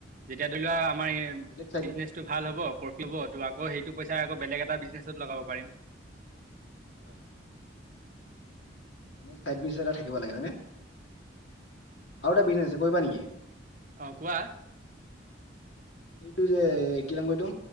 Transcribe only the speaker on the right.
যেতিয়া ধৰি লোৱা আমাৰ ই
বিজনেছ টো ভাল হ'ব প্ৰফিট হ'ব ত' আকৌ সেইটো পইচাই আকৌ বেলেগ এটা বিজনেছত লগাব পাৰিম।
অ' কোৱা?